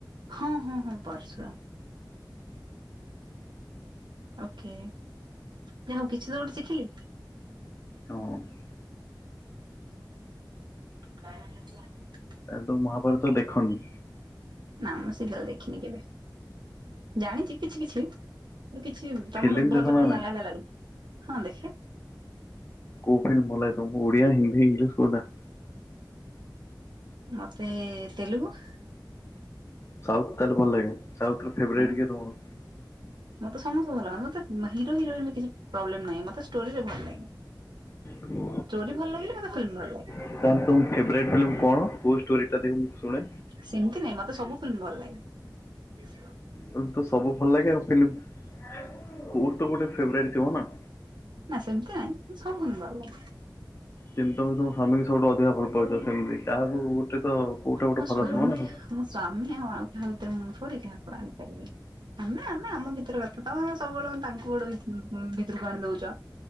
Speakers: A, on the right; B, on the left.
A: ହଁ ହଁ ହଁ ପର୍ଶୁରାମ। ଓକେ ଯାହା ହଉ କିଛି ତ ଗୋଟେ ଶିଖିଲି।
B: ହଉ <unintelligible>
A: କ <unintelligible>
B: ଏ ତ ମହାଭାରତ ଦେଖନି।
A: ନା ମୁଁ ସିରିଏଲ୍ ଦେଖିନି କେବେ ଜାଣିଛି। କିଛି କିଛି କିଛି
B: ଫିଲ୍ମ
A: ତମଠୁ
B: ଦେଖ
A: ଭଲ
B: ନା
A: କାମ
B: ନାଇଁ?
A: ଜାଣିଲା ଭଳିଆ ଲାଗୁଚି ହଁ ଦେଖିଆ।
B: କଉ ଫିଲ୍ମ ଭଲ ଲାଗେ ତ ଓଡ଼ିଆ ହିନ୍ଦୀ ଏଙ୍ଗିଲିଶ କୋଉଟା।
A: ମତେ ତେଲୁଗୁ।
B: ସାଉଥ ତାହେଲେ ଭଲ ଲାଗେ ସାଉଥ୍ ଫେରାଇଟ୍
A: ହଁ
B: କିଏ ତମର।
A: ମତେ ସମସ୍ତେ ଭଲ ଲାଗେ ମତେ ହର ହିରୋଇନ କିଛି ପ୍ରୋବ୍ଲେମ ନାହିଁ ମତେଷ୍ଟୋରିରେ ଭଲ ଲାଗେ।
B: ହୁ <unintelligible>
A: ଷ୍ଟୋରି ଭଲ ଲାଗିଲେ ମତେ ଫିଲ୍ମ ଭଲ ଲାଗେ।
B: ତାହେଲେ ଫୋଭାର୍ଟ ଫିଲ୍ମ କଣଦେଖ ମୁଁ ଶୁଣେ।
A: ସେମିତି ନାଇଁ ମତେ ସବୁ ଫିଲ୍ମ ଭଲ ଲାଗେ।
B: ତମକୁ ତ ସବୁ ଭଲ ଲାଗେ ଆଉ ଫ୍ଲିମ କୋଉଟି ତ ଗୋଟେ ଫେବୁଇଟେ ଥିବ ନା।
A: ନା ସେମିତି ନାଇଁ ସବୁ ଭଲ ଲାଗେ।
B: ଯେମିତି ତମ ତମ ସ୍ୱାମୀକୁ ସବୁଠୁ ଅଧିକା ଭଲ ପାଉଛ ସେମିତି କାହାକୁ ତ କୋଉଟା ଗୋଟେ
A: ମୋ
B: ଭଲ
A: ସ୍ଵାମୀ
B: ଥିବ ନା?
A: ମୋ ସ୍ଵାମୀ ଆଉ ଆଉ କାହା ଭିତରେ ମୁଁ ଡିକାନ କରିବି <unintelligible> ଆମେ ଆମେ ଆମ ଭିତରେ କଥା ତମେ ସବୁବେଳେ ତାଙ୍କୁ ଗୋଟେ ଭିତରକୁ ଭିତରକୁ ଆଣି ଦଉଛ।